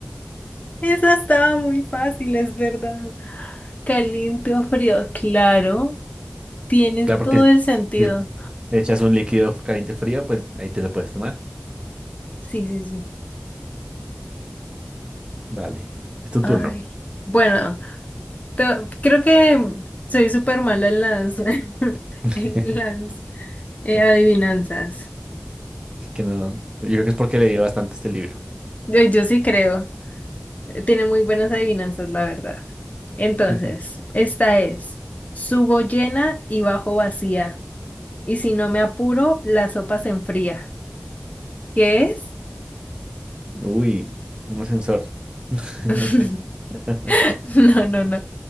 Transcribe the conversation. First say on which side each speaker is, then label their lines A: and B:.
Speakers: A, on the left; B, on the right.
A: esa estaba muy fácil, es verdad. Caliente o frío, claro, tienes
B: Claro, porque
A: todo
B: si
A: el sentido.
B: si le echas un líquido caliente frío, pues ahí te lo puedes tomar.
A: Sí, sí, sí.
B: Dale, es tu
A: Ay,
B: turno.
A: bueno, te- creo que soy súper mala en las, <laughs>
B: <laughs>
A: en las eh,
B: Así
A: adivinanzas.
B: que no. Yo creo que es porque leí bastante este libro.
A: Yo, yo sí creo. eh, Tiene muy buenas adivinanzas, la verdad. Entonces,
B: <laughs>
A: esta es, subo llena y bajo vacía. Y si no me apuro, la sopa se enfría. ¿Qué es?
B: Uy, un ascensor. <laughs>
A: <laughs>
B: No sé. <laughs>
A: No, no, no.